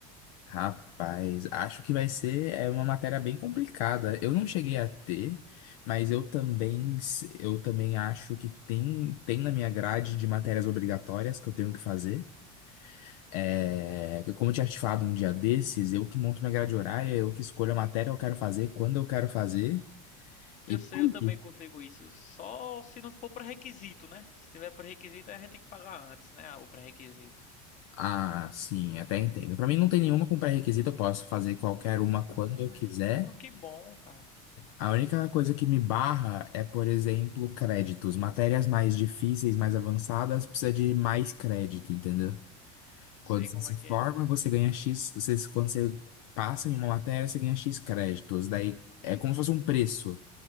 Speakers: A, on the left; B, on the left.
A: Rapaz, acho que vai ser é uma matéria bem complicada. Eu não cheguei a ter, mas eu também s- eu também acho que tem tem na minha grade de matérias obrigatórias que eu tenho que fazer. É, que como eu tinha te falado um dia desses, eu que monto minha grade horária, eu que escolho a matéria que eu quero fazer, quando eu quero fazer e
B: Eu sei,
A: tá aí.
B: eu também consigo isso. Só se não for pré-requisito, né? Se tiver pré-requisito, aí a gente tem que pagar antes, né? O pré-requisito.
A: Ah, sim, até entendo. Pra mim não tem nenhuma com pré-requisito, eu posso fazer qualquer uma quando
B: Ah,
A: eu quiser.
B: então que bom, cara.
A: A única coisa que me barra é, por exemplo, créditos. Matérias mais difíceis, mais avançadas, precisa de mais crédito, entendeu?
B: Não
A: Quando
B: sei
A: você
B: como
A: se
B: é que
A: forma,
B: é.
A: você ganha X, você- quando você passa em uma matéria, você ganha X créditos. Daí é como se fosse um preço.